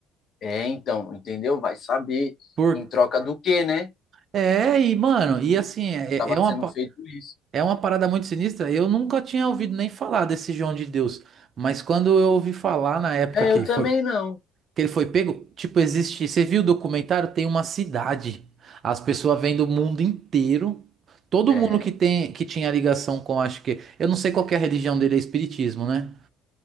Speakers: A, on the left; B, on the right.
A: é, então, entendeu? Vai saber
B: Por...
A: em troca do quê, né? Que
B: É, e, mano, e assim, é,
A: tava
B: é é
A: sendo
B: uma, pa-
A: feito isso.
B: é uma parada muito sinistra. Eu nunca tinha ouvido nem falar desse João de Deus. Mas quando eu ouvi falar na época
A: É,
B: que
A: eu também
B: foi.
A: não.
B: Que ele foi pego? Tipo, existe. Você viu o documentário? Tem uma cidade. As pessoas vêm do mundo inteiro. Todo
A: É,
B: mundo que tem, que tinha ligação com, acho que. Eu não sei qual que é a religião dele, é espiritismo, né?